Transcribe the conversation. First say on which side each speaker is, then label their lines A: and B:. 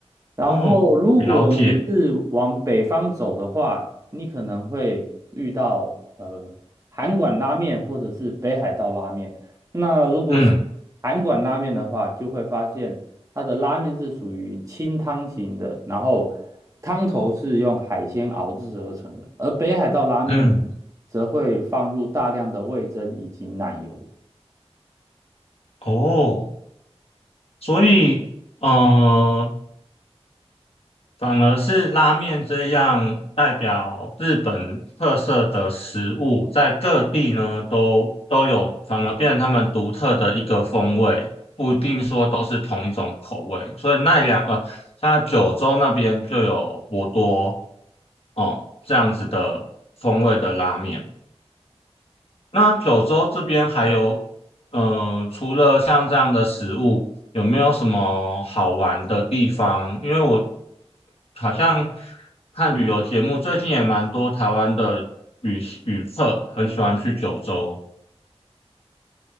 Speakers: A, on the right; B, on the left.
A: 然后，
B: 哦，
A: 如果你是往北方走的话，
B: 了解，
A: 你可能会遇到呃韩馆拉面或者是北海道拉面。那如果是韩馆拉面的话，
B: 嗯
A: 就会发现它的拉面是属于清汤型的，然后汤头是用海鲜熬制而成的，而北海道拉面
B: 嗯，
A: 则会放入大量的味噌以及奶油。
B: 哦，所以呃，反而是拉面这样代表日本特色的食物，在各地呢都都有，反而变成他们独特的一个风味，不一定说都是同一种口味，所以奈良呃，它九州那边就有博多哦这样子的风味的拉面。那九州这边还有，嗯、除了像这样的食物，有没有什么好玩的地方？因为我好像看旅游节目，最近也蛮多台湾的旅旅客很喜欢去九州。